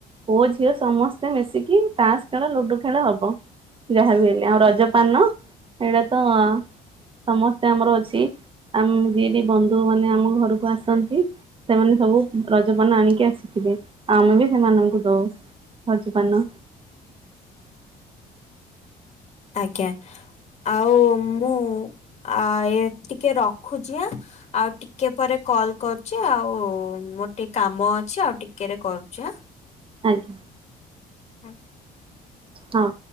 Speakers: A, on the right (about 30°); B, on the left (about 40°).
A: ପୁଅ ଝିଅ ସମସ୍ତେ ମିଶିକି ତାସ ଖେଳ ଲୁଡୁ ଖେଳ ହବ ଯାହା ବି ହେଲେ ଆଉ ରଜପାନ ହେଇଟା ତ ସମସ୍ତେ ଆମର ଅଛି ଆମ ଯିଏ ବି ବନ୍ଧୁ ମାନେ ଆମ ଘରକୁ- ଆସନ୍ତି ସେମାନେ ସବୁ ରଜପାନ ଆଣିକି ଆସିଥିବେ ଆଉ ଆମେ ବି ସେମାନଙ୍କୁ ଦଉ ରଜପାନ
B: ଆଜ୍ଞା ଆଉ ମୁଁ- ଆ ଏ ଟିକେ ରଖୁଛି ଆଁ ଆଉ ଟିକେ ପରେ କଲ କରୁଛି ଆଉ ମୋର ଟିକେ କାମ ଅଛି ଆଉ ଟିକେରେ କରୁଛି ଆଁ
A: ଆଜ୍ଞା
B: ହୁଁ
A: ହଁ